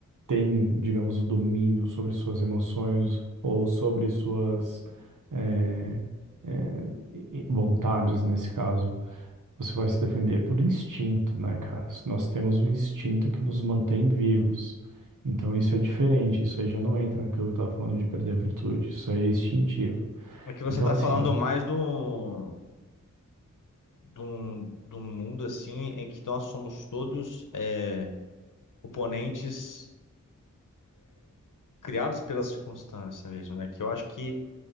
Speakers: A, on the right; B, on the left.
A: tem, digamos, o domínio sobre suas emoções ou sobre suas eh, eh, e- e vontades, nesse caso, você vai se defender por instinto, né, cara? Nós temos o instinto que nos mantém vivos. Então isso é diferente, isso aí já não entra naquilo que eu estava falando de perder a virtude, isso aí é instintivo.
B: É que você
A: Então
B: está
A: assim,
B: falando
A: ó,
B: mais do, de um, de um mundo assim em que então, nós somos todos é, oponentes criados pela circunstância mesmo, né? Que eu acho que